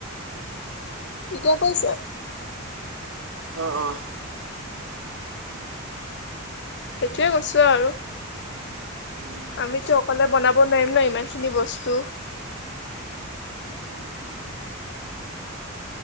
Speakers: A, on the left; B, on the right.
A: এতিয়া গৈছে?
B: অঁ অঁ।
A: সেইটোয়ে কৈছো আৰু,
B: উম
A: আমিতো অকলে বনাব- ব নোৱাৰিম ন ইমান খিনি বস্তু।